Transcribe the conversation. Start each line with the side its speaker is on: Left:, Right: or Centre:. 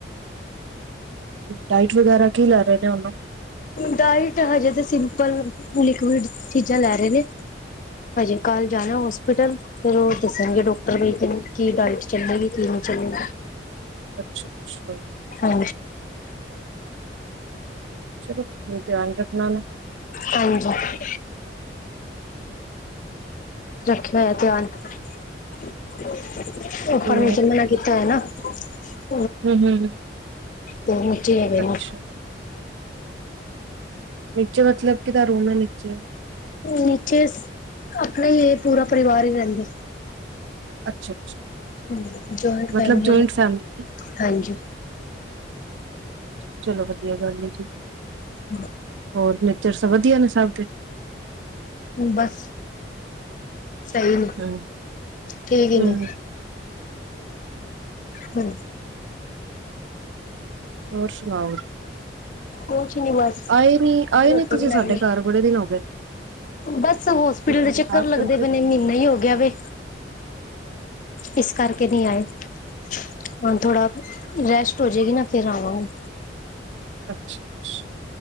Right: ਡਾਈਟ ਵਗੈਰਾ ਕੀ ਲੈ ਰਹੇ ਨੇ ਉਹਨੂੰ
Left: ਡਾਇਟ ਹਜੇ ਤੇ ਸਿੰਪਲ ਲਿਕਡ ਚੀਜ਼ਾਂ ਲੈ ਰਹੇ ਨੇ ਹਜੇ ਕੱਲ ਜਾਣਾ ਹੋਸਪਿਟਲ ਫਿਰ ਉਹ ਦੱਸਣਗੇ ਡਾਕਟਰ ਬ ਕੀ ਡਾਇਟ ਚੱਲੇਗੀ ਕੀ ਨਹੀਂ ਚੱਲਗੀ
Right: ਅੱਛਾ ਅੱਛਾ
Left: ਹਾਂ
Right: ਚਲੋਣ ਧਿਆਨ ਰੱਖਣਾ ਨਾ
Left: ਹਾਂਜੀ ਰੱਖਿਆ ਹੋਇਆ ਧਿਆਨ ਉਹ
Right: ਤੇ
Left: ਪਰਰਮ ਜਮ ਨਾ ਕੀਤਾ ਹੋਇਆ ਨਾ ਕੁ
Right: ਹਮ ਹਮ
Left: ਉਹ ਮੁੱਚਣਾ ਹ
Right: ਅੱਛਾ ਨ ਮਤਲਬ ਕਿਦਾ ਰੋਣਾ ਨਚੇ
Left: ਨੀਚੇ ਆਪਣਾ ਹੀ ਇਹ ਪੂਰਾ ਪਰਿਵਾਰ ਹੀ ਰਹਿੰਦਾ
Right: ਅੱਛਾ
Left: ਜੁਆਇੰਟ
Right: ਮਤਲਬ
Left: ਫੈਮਲੀ
Right: ਜੁਇੰਟ ਫੈਮਲੀ
Left: ਹਾਂਜੀ
Right: ਚਲੋ ਵਧੀਆ ਕਰਦੀ ਜ
Left: ਮਲ
Right: ਹੋਰ ਨੇਚਰ ਸ ਵਧੀਆ ਨੇ ਸਭ ਦੇ
Left: ਬਸ ਸਹੀ ਨੇ।
Right: ਹਮ
Left: ਠੀਕ ਹੀ ਨੇ।
Right: ਹਮ
Left: ਹੂੰ
Right: ਹੋਰ, ਸੁਣਾਓ?
Left: ਹੋ ਬਸ
Right: ਆਏ ਨੀ ਆਏ
Left: ਰੋਟੀ
Right: ਨੀ ਤੁਸੀਂ
Left: ਬਨਾਈ
Right: ਸਾਡੇ ਘਰ ਬੜੇ ਦਿਨ ਹੋ ਗਏ ਨੇ
Left: ਬਸ। ਹੌਸਪੀਟਲ
Right: ਤੁਹਾਨੂੰ
Left: ਦੇ ਚੱਕਰ
Right: ਯਾਦ
Left: ਲੱਗਦੇ
Right: ਕਰਦੇ
Left: ਪਏ ਨੇ, ਮਹੀਨਾ ਹੀ ਹੋਗ ਵੇ ਇਸ ਕਰਕੇ ਨਹੀਂ ਆਏ। <inaudible> ਹਾਂ, ਥੋੜਾ ਰੈਸਟ ਹੋ ਜਾਏਗੀ ਨਾ, ਫੇਰ ਆਵਾਂਗੇ।
Right: ਅੱਛਾ। ਅਛ